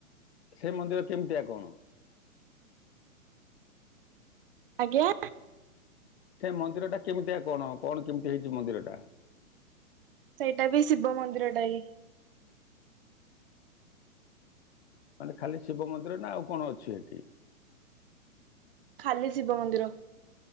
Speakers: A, on the left; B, on the right.
A: ସେ ମନ୍ଦିର କେମିତିଆ କଣ?
B: ଆଜ୍ଞା?
A: ସେ ମନ୍ଦିର ଟା କେମିତିଆ କଣ? କଣ କେମିତି ହେଇଚି ମନ୍ଦିର ଟା?
B: ସେଇଟା ବି ଶିବ ମନ୍ଦିରଟା ହି।
A: ମାନେ ଖାଲି ଶିବ ମନ୍ଦିର ନା ଆଉ କଣ ଅଛି ଏଠି?
B: ଖାଲି ଶିବ ମନ୍ଦିର।